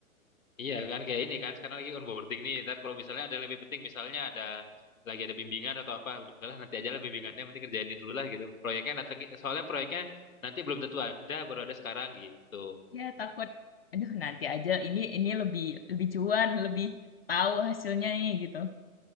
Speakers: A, on the left; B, on the left.
A: Iya kan kayak ini kan sekarang lagi onboarding nih. Ntar kalau misalnya ada yang lebih penting misalnya ada lagi ada bimbingan atau apa, udahlah nanti aja lah bimbingannya penting kerjain ini dulu lah gitu. Proyeknya nanti soalnya proyeknya nanti belum tentu ada baru ada sekarang gitu.
B: Ya takut, aduh nanti aja. Ini ini lebih lebih cuan, lebih tahu hasilnya nih gitu.